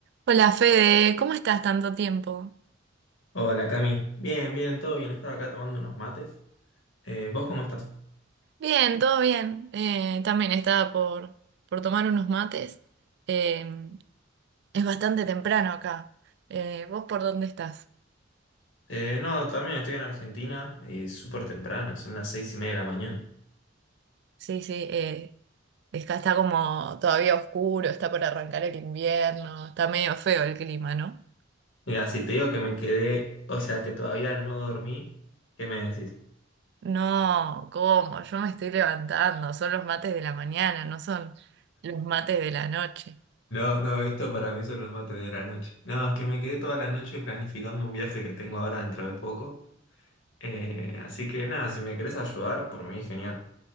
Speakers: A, on the right (about 60°); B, on the left (about 70°).
A: Hola Fede, ¿cómo estás tanto tiempo?
B: Hola Cami, bien, bien, todo bien, estaba acá tomando unos mates. Eh, ¿vos cómo estás?
A: Bien, todo bien. Eh, también estaba por, por tomar unos mates. Eh, es bastante temprano acá. Eh, ¿vos por dónde estás?
B: Eh, no, también estoy en Argentina y súper temprano, son las seis y media de la mañana.
A: Sí, sí, eh, acá está como todavía oscuro, está por arrancar el invierno, está medio feo el clima, ¿no?
B: Mira, si te digo que me quedé, o sea que todavía no dormí, ¿qué me decís?
A: No, ¿cómo? Yo me estoy levantando, son los mates de la mañana, no son los mates de la noche.
B: No, no, esto para mí son los mates de la noche. No, es que me quedé toda la noche planificando un viaje que tengo ahora dentro de poco. Eh, así que nada, si me querés ayudar, por mí, genial.